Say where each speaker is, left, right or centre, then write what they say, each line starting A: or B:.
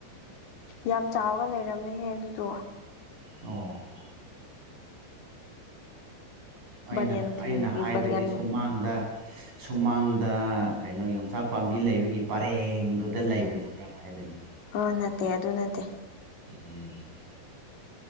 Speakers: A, on the left; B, on the right.
A: ꯌꯥꯝ ꯆꯥꯎꯔꯒ ꯂꯩꯔꯝꯅꯦꯍꯦ ꯑꯗꯨꯗꯣ꯫
B: ꯑꯣ꯫ ꯑꯩꯅ
A: ꯕꯅꯤꯌꯟ ꯇ꯭ꯔꯤꯒꯤ
B: ꯑꯩꯅ ꯍꯥꯏꯕꯗꯤ
A: ꯕꯅꯤꯌꯟ
B: ꯁꯨꯃꯥꯡ ꯗ ꯁꯨꯃꯥꯡꯗ ꯀꯩꯅꯣ ꯌꯣꯡꯆꯥꯛ ꯄꯥꯝꯕꯤ ꯂꯩꯕꯒꯤ ꯄꯔꯦꯡꯗꯨ ꯗ ꯂꯩꯕꯗꯨꯔ ꯍꯥꯏꯕꯅꯤ꯫
A: ꯑ ꯅꯠꯇꯦ ꯑꯗꯨ ꯅꯠꯇꯦ꯫
B: ꯎꯝ